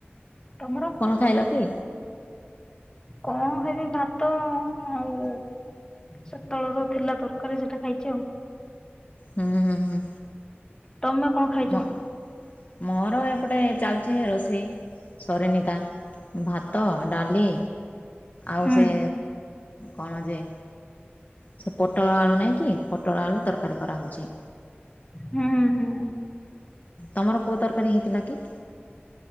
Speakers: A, on the left; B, on the left.
A: ତମର?
B: କଣ ଖାଇଲ କି?
A: କଣ ଖାଇବି ଭାତ ଆଉ ସେତେବେଳର ର ଥିଲା ତରକାରୀ ସେଟା ଖାଇଛି ଆଉ।
B: ହୁଁ ହୁଁ ହୁଁ।
A: ତମେ କଣ ଖାଇଛ?
B: ମୋ ମୋର ଏପଟେ ଚାଲିଛି ରୋଷେଇ ସରେ ନିତା ଭାତ, ଡାଲି ଆଉ
A: ହୁଁ
B: ସେ କଣ ଯେ? ସେ ପୋଟଳ ଆଳୁ ନାହିଁକି ପୋଟଳ ଆଳୁ ତରକାରୀ କରାହେଉଛି।
A: ହୁ ହୁ।
B: ତମର କୋଉ ତରକାରୀ ହେଇଥିଲା କି?